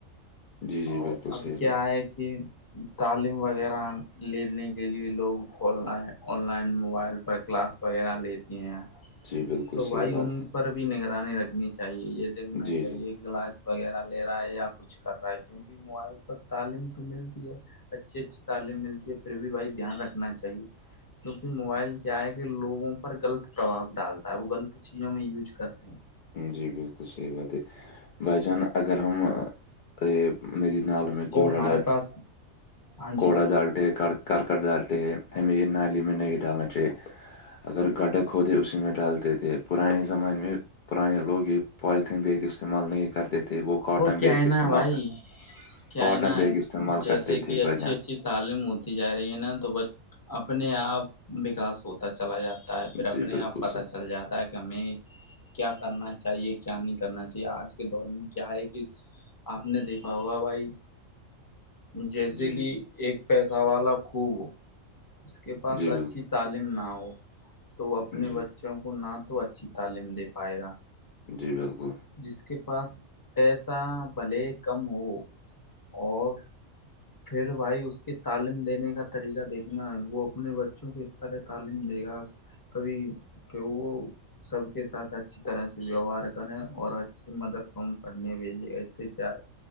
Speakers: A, on the left; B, on the left.
A: جی جی
B: اور
A: بالکل
B: ابھی
A: صحیح
B: کیا
A: بات
B: ہے کہ تعلیم وغیرہ لینے کے لیے لوگ <inaudible> آن لائن موبائل پر کلاس وغیرہ لیتی ہیں
A: جی بالکل
B: تو
A: صحیح
B: بھائی
A: بات
B: ان پر بھی نگرانی رکھنی چاہیے یہ دیکھنا
A: ہے جی
B: چاہیے
A: جی
B: کلاس وغیرہ لے رہا ہے یا کچھ کر رہا ہے کیونکہ موبائل پر تعلیم تو ملتی ہے اچھی اچھی تعلیم ملتی ہے پھر بھی بھائی دھیان رکھنا چاہیے کیونکہ موبائل کیا ہے کہ لوگوں پر غلط پربھاؤ ڈالتا ہے وہ غلط چیزوں میں یوج کر رہے ہیں
A: جی بالکل صحیح بات ہے بھائی جان اگر ہم <inaudible> گھر
B: جب ہمارے پاس ہاں جی
A: گھر ڈالتے ہیں ہمیں نالی میں نہیں ڈالنا چاہیے اگر گڈہ کوھ دے اسی میں ڈالتے تھے پرانے زمانے میں پرانے لوگ یہ پالیتھیین بیگ استعمال نہیں کرتے تھے وہ کاٹن
B: کیا
A: بیگ
B: ہے
A: استعمال
B: نا بھائی
A: کرتے
B: کیا
A: کااٹن
B: ہے نا
A: بیگ استعمال
B: جیسے
A: کرتے تھے
B: کہ
A: بھائی
B: اچھی
A: جان
B: اچھی تعلیم ہوتی جا رہی ہے نا تو اپنے آپ وکاس ہوتا چلا جاتا تا پھر
A: جی
B: اپنے
A: بالکل
B: آپ پتا
A: صحیح
B: چل جاتا ہے کہ ہمیں کیا کرنا چاہیے کیا نہیں کرنا چاہیے آج بھی کے دور میں کیا ہے کہ آپ نے دیکھا ہوگا بھائی جیسے
A: جی
B: کہ ایک پیسہ والا خوب اس کے پاس
A: جی بالکل
B: اچھی تعلیم نہ ہو تو وہ اپنے
A: جی
B: بچوں بچوں کو نہ تو اچھی تعلیم دے پائے گا
A: جی بالکل
B: جس کے پاس پیسہ بھلے کم ہو اور پھر بھائی اس کی تعلیم دینے کا طریقہ دیکھنا ہے وہ اپنے بچوں کو اس طرح تعلیم دے گا کبھی کہ وہ وہ سب کے ساتھ اچھی طرح سے ویوہار کریں اور اچے مدرس میں پڑھنے کے لیے ایسے کیا ہے